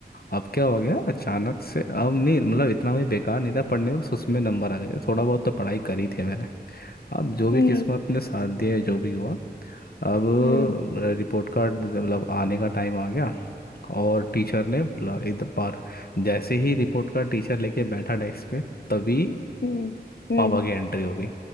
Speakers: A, on the left; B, on the left.
A: अब क्या हो गया अचानक से अब नहीं मतलब इतना भी बेकार नहीं था पढ़ने में बस उसमें नंबर आ गए थे थोड़ा बहुत तो पढ़ाई करी थी मैंने अब जो भी
B: हम्म
A: किस्मत ने साथ दिया जो भी हुआ अब
B: हम्म हम्म
A: रिपोर्ट कार्ड मतलब आने का टाइम आ गया और टीचर ने बोला एकदम पार जैसे ही रिपोर्ट का टीचर लेके बैठा डेस्क पे तभी
B: हम्म हम्म
A: पापा की एंट्री हो गई